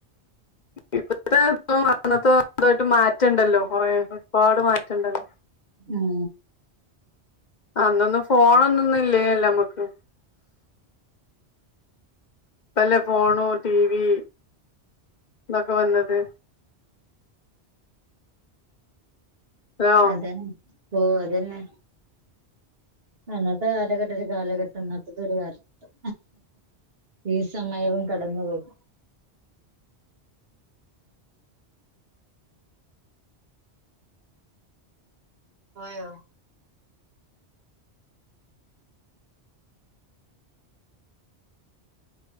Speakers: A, on the left; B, on the right.
A: ഇപ്പത്തെ ഇ <unintelligible> അന്നത്തെ ഇതു ആയിട്ട് മാറ്റുണ്ടല്ലോ കൊറെേ ഒരുപാട് മാറ്റണ്ടല്ലോ.
B: ഉം.
A: അന്നൊന്നു ഫോണോ ഒന്നുന്നും ഇല്ലേല്ലോ നമ്മുക്കും ഇപ്പല്ലെ ഫോണു, ടി വി ഇതൊക്കെ വന്നത്. ഹലോ
B: അതെ ഓഹ് അതെന്നെ. അന്നത്തെ കാലഘട്ടം ഒരു കാലഘട്ടം ഇന്നത്തത് ഒരു കാലഘട്ടം ഈ സമയവും കടന്നു പോകും ആയോ